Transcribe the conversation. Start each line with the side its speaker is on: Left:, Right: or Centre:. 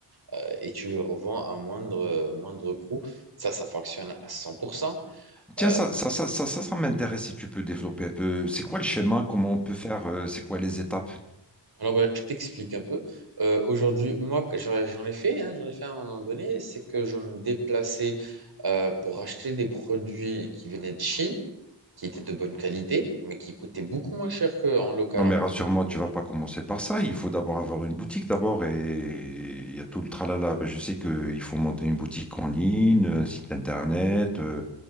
Right: euh, et tu le revends à un moindre, euh, moindre coût. Ça, ça fonctionne à 100%.
Centre: Tiens,
Right: Euh,
Centre: ça, ça, ça, ça, ça, ça m'intéresse si tu peux développer un peu. C'est quoi le schéma? Comment on peut faire? euh, C'est quoi les étapes?
Right: alors, bah, je t'explique un peu. Euh, aujourd'hui, moi, que j'en j'en ai fait, hein, j'en ai fait à un moment donné, c'est que je me déplaçais euh, pour acheter des produits qui venaient de Chine, qui étaient de bonne qualité, mais qui coûtaient beaucoup moins cher qu'en local.
Centre: Non,
Right: en
Centre: mais
Right: France.
Centre: rassure-moi, tu vas pas commencer par ça. Il faut d'abord avoir une boutique d'abord et il y a tout le tralala. Ben, Je sais qu'il faut monter une boutique en ligne, un site internet, euh,